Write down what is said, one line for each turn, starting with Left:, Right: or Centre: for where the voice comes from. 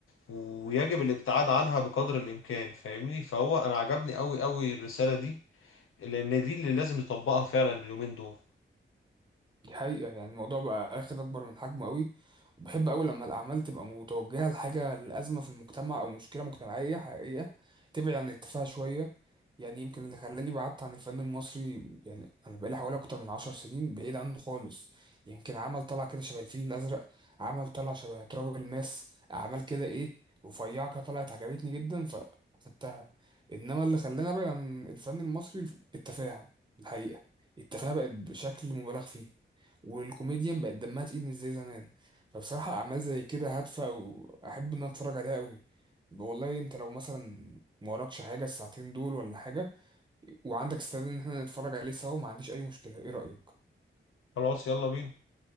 Left: ويجب الابتعاد عنها بقدر الامكان فاهمني فهو انا عجبني قوي قوي الرسالة دي لان دي اللي لازم نطبقها فعلا اليومين دول
Right: دي حقيقة يعني الموضوع بقى اخد اكبر من حجمه قوي وبحب قوي لما الاعمال تبقى متوجهة لحاجة لأزمة في المجتمع او مشكلة مجتمعية حقيقية تبعد عن التفاهة شوية يعني يمكن اللي خلاني بعدت عن الفن المصري يعني انا بقالي حوالي اكتر من عشر سنين بعيد عنه خالص يمكن عمل طلع كده شبه الفيل الازرق عمل طلع شبه تراب الماس اعمال كده ايه رفيعة كده طلعت عجبتني جدا فاخدتها انما اللي خلاني ابعد عن الفن المصري التفاهة الحقيقة التفاهة بقت بشكل مبالغ فيه والكوميديان بقت دمها تقيل مش زي زمان فبصراحة أعمال زي كده هادفة وأحب إن أنا أتفرج عليها قوي والله أنت لو مثلا ما وراكش حاجة الساعتين دول ولا حاجة وعندك استعداد إن احنا نتفرج عليه سوا ما عنديش أي مشكلة إيه رأيك؟
Left: خلاص يلا بينا